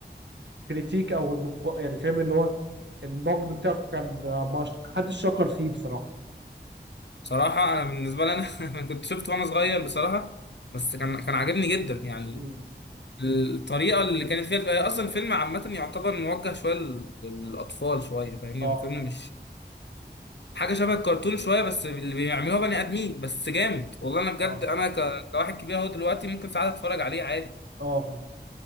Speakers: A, on the right (about 80°); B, on the left (about 75°).
A: الكريتيك او النق... يعني فاهم اللي هو النقد بتاعه كان آه، ما ش- حدش شكر فيه بصراحه
B: بصراحه انا بالنسبه لي انا <laughs> انا كنت شفته وانا صغير بصراحه بس كان كان عاجبني جدا يعني
A: مم.
B: الطريقه اللي كانت فيها اصلا الفيلم عامه يعتبر موجه شويه لل- للاطفال شويه فاهمني
A: اه
B: هو فيلم مش حاجه شبه الكرتون شويه بس اللي بيعملوها بني ادمين بس جامد والله انا بجد
A: اه
B: انا ك... كواحد كبير اهو دلوقتي ممكن ساعات اتفرج عليه عادي
A: اه